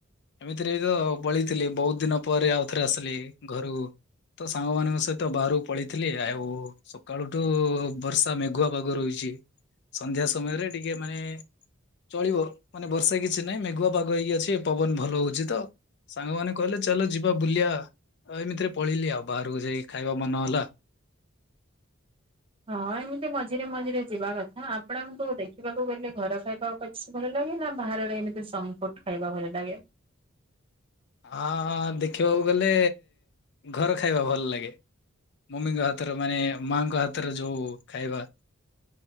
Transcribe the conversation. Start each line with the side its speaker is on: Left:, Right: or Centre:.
Left: ଏମିତିରେ ତ ପଳେଇଥିଲି ବହୁତ ଦିନ ପରେ ଆଉ ଥରେ ଆସିଲି ଘରୁକୁ। ତ ସାଙ୍ଗମାନଙ୍କ ସହିତ ବାହାରକୁ ପଳେଇଥିଲି। ଆଉ ସକାଳୁଠୁ ବର୍ଷା ମେଘୁଆ ପାଗ ରହିଚି। ସନ୍ଧ୍ୟା ସମୟରେ ଟିକେ ମାନେ ଚଳିବ ମାନେ ବର୍ଷା କିଛି ନାହିଁ ମେଘୁଆ ପାଗ ହେଇକି ଅଛି ପବନ ଭଲ ହଉଚି ତ। ସାଙ୍ଗମାନେ କହିଲେ ଚାଲ ଯିବା ବୁଲିବା ଏମିତିରେ ପଳେଇିଲି ଆଉ ବାହାରକୁ ଯାଇକି ଖାଇବା ମନ ହେଲା।
Right: ହଁ ଏମିତି ମଝିରେ ମଝିରେ ଯିବା କଥା ଆପଣଙ୍କୁ ଦେଖିବାକୁ ଗଲେ ଘର ଖାଇବା ବେଶ୍ ଭଲ ଲାଗେ ନା ବାହାର ର ଏମିତି ଜଙ୍କ ଫ୍ରୁଟ ଖାଇବା ଭଲ ଲାଗେ?
Left: ଆଁ ଦେଖିବାକୁ ଗଲେ ଘର ଖାଇବା ଭଲ ଲାଗେ। ମମିଙ୍କ ହାତରେ ମାନେ ମାଆଙ୍କ ହାତରେ ଯୋଉ ଖାଇବା।